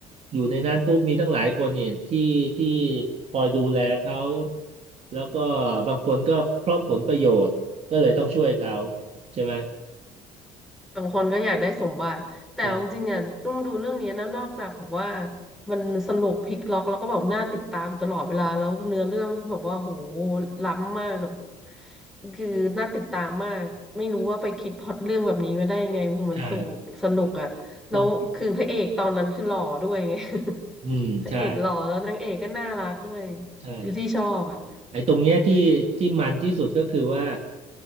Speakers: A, on the right; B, in the centre.
A: อยู่ในนั้นปุ๊บมีตั้งหลายคนเนี่ยที่ที่คอยดูแลเขา แล้วก็บางคนก็เพราะผลประโยชน์ก็เลยต้องช่วยเขาใช่ไหม
B: บางคนก็อยากได้สมบัติแต่เอาจริงๆอ่ะต้องดูเรื่องนี้นะนอกจากแบบว่า
A: ใช่
B: มันสนุกพลิกล็อกแล้วก็แบบน่าติดตามตลอดเวลาแล้วเนื้อเรื่องแบบว่าโหล้ำมากแบบคือน่าติดตามมากไม่รู้ว่าไปคิดพล็อตเรื่องแบบนี้มาได้ยังไงโหมันสูสนุกอ่ะแล้วคือพระเอกตอนนั้นคือหล่อด้วยไง
A: ใช่ต้องคิดอืมใช่
B: <laughs> พระเอกหล่อแล้วนางเอกก็น่ารักด้วย
A: ใช่
B: อยู่ที่ชอบอ่ะ
A: ไอ้ตรงเนี้ยที่ที่มันที่สุดก็คือว่า